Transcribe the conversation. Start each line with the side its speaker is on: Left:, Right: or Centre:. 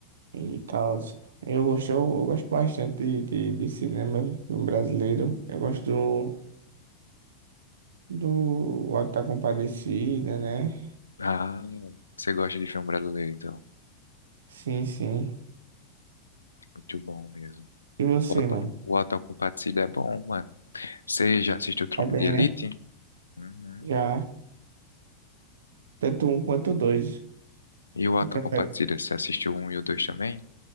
Right: e tal. Eu gosto, eu gosto bastante de, de, de cinema filme brasileiro. Eu gosto do, do Auto da Compadecida, né?
Left: Ah, você gosta de filme brasileiro, então.
Right: Sim, sim.
Left: Muito bom mesmo.
Right: E você,
Left: O Auto,
Right: mano?
Left: o Auto da Compadecida é bom, mano. Você já assistiu Tropa
Right: Tá bem,
Left: de Elite?
Right: né?
Left: Uhum.
Right: Já, tanto um quanto dois.
Left: E o Auto
Right: Tu prefere?
Left: da Compadecida, você assistiu um e o dois também?